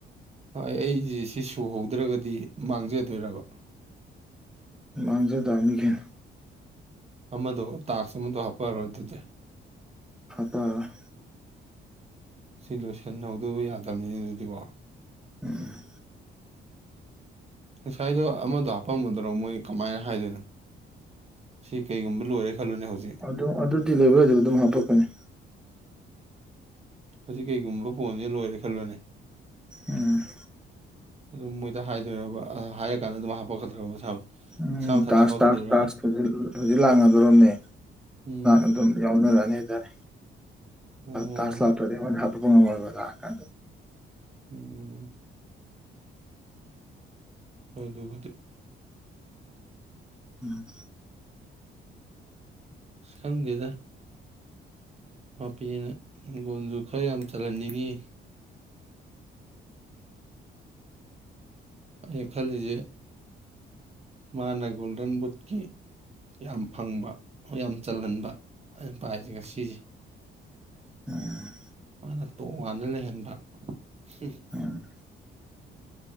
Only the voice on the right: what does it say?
ꯍꯣꯏ ꯑꯩꯁꯦ ꯁꯤ ꯁꯨꯍꯧꯗ꯭ꯔꯒꯗꯤ ꯃꯥꯡꯖꯗꯣꯏꯔꯕ
ꯑꯃꯗꯣ ꯇꯥꯛꯁ ꯑꯃꯗꯣ ꯍꯥꯞꯄꯛꯑꯔꯣꯏ ꯑꯗꯨꯗꯤ
ꯑꯁꯤ ꯂꯣꯏꯁꯤꯟꯍꯧꯗꯕ ꯌꯥꯗꯕꯅꯤꯅ ꯑꯗꯨꯗꯤꯀꯣ
ꯉꯁꯥꯏꯗꯣ ꯑꯃꯗꯣ ꯍꯥꯄꯝꯃꯗꯔꯣ ꯃꯣꯏ ꯀꯃꯥꯏꯅ ꯍꯥꯏꯗꯣꯏꯅꯣ ꯁꯤ ꯀꯩꯒꯨꯝꯕ ꯂꯣꯏꯔꯦ ꯈꯜꯂꯣꯅꯦ ꯍꯧꯖꯤꯛ
ꯑꯁꯤ ꯀꯩꯒꯨꯝꯕ ꯐꯣꯟꯁꯤꯦꯅ ꯂꯣꯏꯔꯦ ꯈꯜꯂꯣꯅꯦ
ꯑꯗꯨꯝ ꯃꯣꯏꯗ ꯍꯥꯏꯗꯣꯏꯔꯕ ꯍꯥꯏꯔꯀꯥꯟꯗ ꯑꯗꯨꯝ ꯍꯥꯄꯛꯀꯗ꯭ꯔꯕ ꯃꯁꯥ
ꯃꯁꯥ ꯃꯊꯟꯇ
ꯍꯥꯄꯛꯀꯗꯣꯏꯔꯥ
ꯎꯝ
ꯑꯣ
ꯎꯝ ꯍ ꯑꯗꯨꯒꯗꯤ
ꯈꯪꯗꯦꯗ ꯃꯄꯤꯅ ꯍꯤꯡꯒꯣꯟꯁꯨ ꯈꯔ ꯌꯥꯝ ꯆꯜꯍꯟꯅꯤꯡꯉꯤ꯫ ꯑꯩ ꯈꯜꯂꯤꯁꯦ꯫ ꯃꯥꯅ ꯒꯣꯜꯗꯟ ꯕꯨꯠꯀꯤ ꯌꯥꯝ ꯐꯪꯕ ꯌꯥꯝ ꯆꯜꯍꯟꯕ ꯑꯩꯅ ꯄꯥꯏꯁꯦꯒ ꯁꯤꯁꯦ꯫
ꯃꯥꯅ ꯇꯣꯉꯥꯟꯅ ꯂꯩꯍꯟꯕ ꯁꯤ